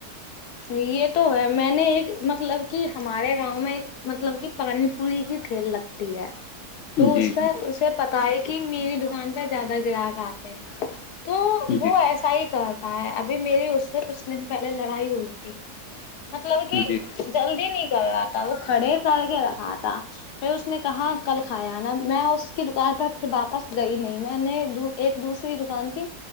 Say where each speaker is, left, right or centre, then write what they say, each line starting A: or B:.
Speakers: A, on the left (about 80°); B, on the left (about 65°).
A: یہ تو ہے میں نے ایک مطلب کہ ہمارے گاؤں میں ایک مطلب کہ پانی- پوری کی کھیل لگتی ہے تو
B: جی
A: اس پہ
B: جی
A: اسے پتا ہے کہ میری دکان پہ زیادہ گراہک آتے ہیں- تو
B: جی
A: وہ ایسا ہی کرتا ہے ابھی میری اس سے کچھ دن پہلے لڑائی ہوئی تھی- مطلب کہ
B: جی
A: جلدی نہیں کر رہا تھا وہ کھڑے کر کے رکھا تھا- پھر اس نے کہا کل کھایا نا میں اس کی دکان پر پھر واپس گئی نہیں میں نے- ایک دوسری دکان کی